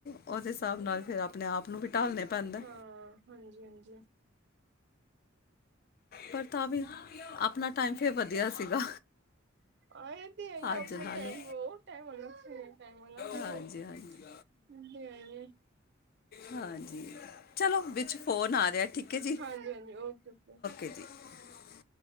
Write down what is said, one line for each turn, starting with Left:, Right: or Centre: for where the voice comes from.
Left: ਉਹਦੇ ਹਿਸਾਬ ਨਾਲ ਫਿਰ ਆਪਣੇ ਆਪ ਨੂੰ ਵੀ ਢਾਲਣੇ ਪੈਂਦਾ
Right: ਹਾਂ ਹਾਂਜੀ ਹਾਂਜੀ
Left: ਪਰ ਤਾਂ ਵੀ ਆਪਣਾ ਟਾਈਮ ਫਿਰ ਵਧੀਆ ਸੀਗਾ
Right: ਹਾਂ ਇਹ ਹੈ ਆਪਣੇ
Left: ਅੱਜ ਨਾਲੋਂ
Right: ਟਾਈਮ ਟਾਈਮ ਅਲੱ ਸੀ ਟਾਈਮ ਅਲੱਗ
Left: ਹਾਂਜੀ
Right: ਫਿਰ
Left: ਹਾਂਜੀ
Right: ਜੀ ਆਏ
Left: ਹਾਂਜੀ ਚਲੋ ਵਿੱਚ ਫੋਨ ਆ ਰਿਹਾ ਠੀਕ ਹੈ ਜੀ
Right: ਹਾਂਜੀ ਹਾਂਜੀ ਓਕੇ ਓਕੇ
Left: <inaudible>